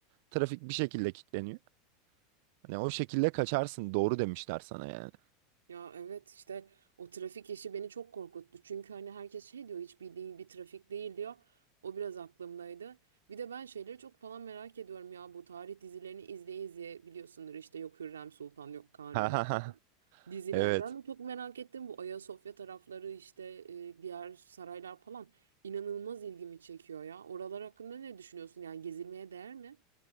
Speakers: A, on the right; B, on the right.
A: Trafik bir şekilde kilitleniyor. Hani o şekilde kaçarsın doğru demişler sana yani.
B: Ya evet işte o trafik işi beni çok korkuttu. Çünkü hani herkes şey diyor hiç bildiğin bir trafik değil diyor. O biraz aklımdaydı. Bir de ben şeyleri çok falan merak ediyorum ya bu tarih dizilerini izleye izleye biliyorsundur işte yok Hürrem Sultan yok Kanuni
A: <laughs>
B: falan. Dizilerden
A: Evet.
B: de çok merak ettim bu Ayasofya tarafları işte e, diğer saraylar falan inanılmaz ilgimi çekiyor ya. Oralar hakkında ne düşünüyorsun? Yani gezilmeye değer mi?